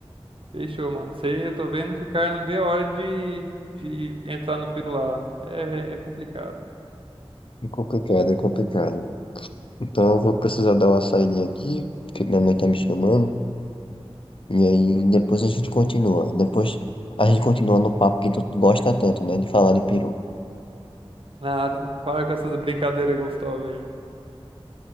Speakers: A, on the right; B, on the left.
A: Fechou, mano. Sei, eu tô vendo que o cara não vê a hora de, de entrar no piro lá. É, é, é complicado.
B: É complicado, é complicado. Então eu vou precisar dar uma saída aqui, porque minha mãe tá me chamando. E aí depois a gente continua. Depois a gente continua no papo que tu gosta tanto, né? De falar de peru.
A: Nada, mano. Para com essas brincadeiras gostosas aí.